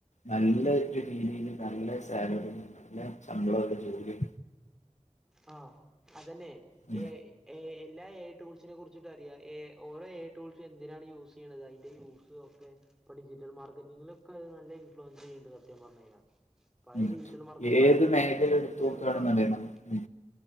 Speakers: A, on the left; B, in the centre.
A: നല്ല രീതിയില് നല്ല സാലറി നല്ല ശമ്പളം ജോലിയ
B: ആഹ് അതന്നെ
A: ഉം
B: ഏ എ എല്ലാ എ ടൂൾസിനെ കുറിച്ചിട്ട് അറിയാം എ ഓരോ എ ടൂൾസും എന്തിനാണ് യൂസ് ചെയ്യണത് അതിൻ്റെ യൂസ ഒക്കെ ഇപ്പ ഡിജിറ്റൽ മാർക്കറ്റിങ്ങിലൊക്കെ അത് നല്ല ഇൻഫ്ലുവൻസ് ചെയ്യുന്നുണ്ട് സത്യ പറഞ്ഞ കഴിഞ്ഞ പായ
A: ഉം
B: ഡിജിറ്റൽ മാർക്കന്മാരന്നല്ല
A: ഏത് മേഖല
B: ഇപ്പ പുതിയെ
A: എടുത്ത്
B: കുളിച്ചിറക്കണം
A: നോക്കുകയാണെന്നുണ്ടെങ്കിൽ
B: ആൾക്കാരൊക്കെ